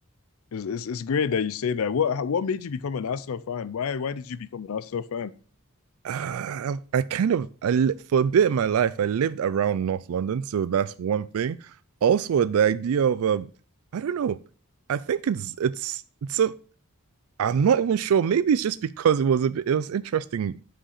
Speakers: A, on the left; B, on the right.
A: It's, it's it's great that you say that. What what made you become an Arsenal fan? Why why did you become an Arsenal fan?
B: Uh, I, kind of, I li- for a bit of my life, I lived around North London, so that's one thing. Also, the idea of, um, I don't know, I think it's it's it's a, I'm not even sure. Maybe it's just because it was a bit, it was interesting